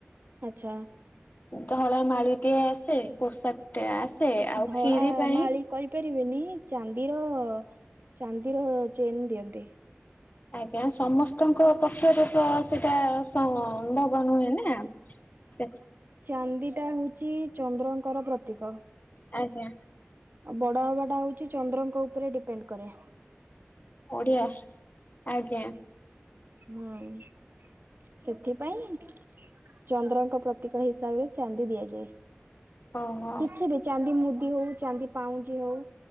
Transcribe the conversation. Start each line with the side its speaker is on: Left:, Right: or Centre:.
Right: ଆଚ୍ଛା।
Left: ଧଳା ମାଳିଟିଏ ଆସେ ପୋଷାକ ଟେ ଆସେ ଆଉ
Right: ଧଳା
Left: କ୍ଷୀରି ପାଇଁ।
Right: ମାଳି କହିପାରିବେନି ଚାନ୍ଦିର ଚାନ୍ଦିର ଚେନ୍ ଦିଅନ୍ତି।
Left: ଆଜ୍ଞା ସମସ୍ତଙ୍କ ପକ୍ଷରେ ତ ସେଇଟା। ସମ ଭବ ହୁହେ ନା ସେ।
Right: ଚାନ୍ଦିଟା ହଉଛି ଚନ୍ଦ୍ରଙ୍କର ପ୍ରତୀକ।
Left: ଆଜ୍ଞା।
Right: ଆଉ ବଡ ହବା ଟା ହଉଛି ଚନ୍ଦ୍ରଙ୍କ ଉପରେ ଡିପେଣ୍ଡ କରେ।
Left: ଓଡିଆ ଶ୍ ଆଜ୍ଞା।
Right: ହୁଁ ସେଥିପାଇଁ। ଚନ୍ଦ୍ରଙ୍କ ପ୍ରତୀକ ହିସାବରେ ଚାନ୍ଦି ଦିଆଯାଏ।
Left: ଓହୋ
Right: କିଛି ବି ଚାନ୍ଦି ମୁଦି ହଉ ଚାନ୍ଦି ପାଉଁଜି ହଉ